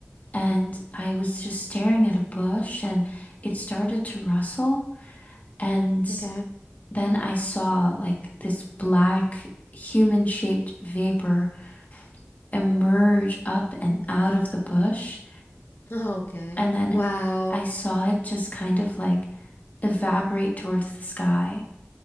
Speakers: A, on the left; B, on the left.
A: And I was just staring at a bush and it started to rustle. And
B: Okay.
A: then I saw like this black human-shaped vapor emerge up and out of the bush.
B: Oh, Okay.
A: And then
B: Wow.
A: I saw it just kind of like evaporate towards the sky.